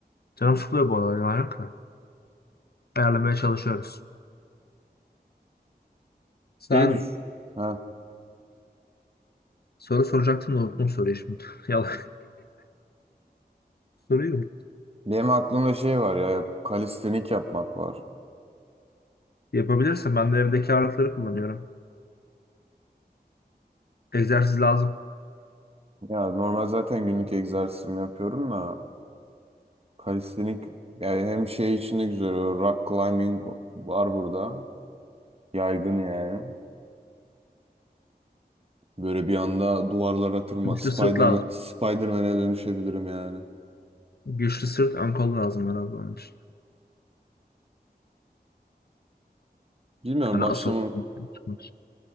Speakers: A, on the left; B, on the right.
A: Canım sıkılıyor bu aralar yalan yok da. Ayarlamaya çalışıyoruz. Sen
B: şey düş. Ha.
A: soru soracaktın da unuttum soruyu şimdi. <laughs> Yalan. Soruyu unuttum.
B: Benim aklımda şey var ya kalistenik yapmak var.
A: Yapabilirsin. Ben de evdeki ağırlıkları kullanıyorum. Egzersiz lazım.
B: Ya normal zaten günlük egzersizimi yapıyorum da kalistenik yani hem şey içinde güzel o rock climbing var burada. Yaygın yani. Böyle bir anda duvarlara tırma
A: Güçlü
B: Spider-Man,
A: sırt lazım.
B: Spider-Man'e dönüşebilirim yani.
A: Güçlü sırt ön kol lazım herhalde onun için.
B: Bilmiyorum
A: Hani
B: başlamam.
A: asıl tutmak için.